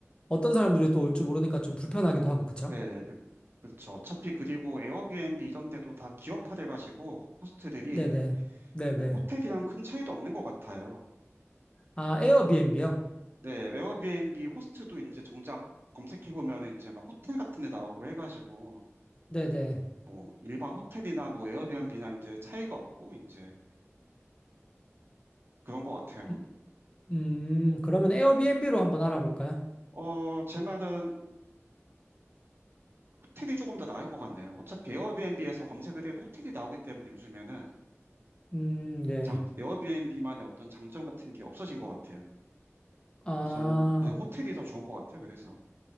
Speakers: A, on the left; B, on the right.
A: 어떤 사람들이 또 올 줄 모르니까 좀 불편하기도 하고, 그쵸?
B: 네, 그- 그렇죠. 어차피 그리고 에어비앤비 이런 데도 다 기업화돼가지고 호스트들이
A: 네네. 네네.
B: 뭐 호텔이랑 큰 차이도 없는 것 같아요.
A: 아, 에어비앤비요?
B: 네, 에어비앤비 호스트도 이제 정작 검색해보면 이제 막 호텔 같은 데 나오고 해가지고
A: 네네.
B: 뭐 일반 호텔이나 뭐 에어비앤비나 이제 차이가 없고 이제 그런 것 같아요.
A: 음, 음, 그러면 에어비앤비로 한번 알아볼까요?
B: 어, 제 말은 호텔이 조금 더 나을 것 같네요. 어차피 에어비앤비에서 검색을 해도 호텔이 나오기 때문에 요즘에는
A: 음, 네.
B: 장, 에어비앤비만의 어떤 장점 같은 게 없어진 것 같아요.
A: 아,
B: 저는 호, 호텔이 더 좋은 것 같아요. 그래서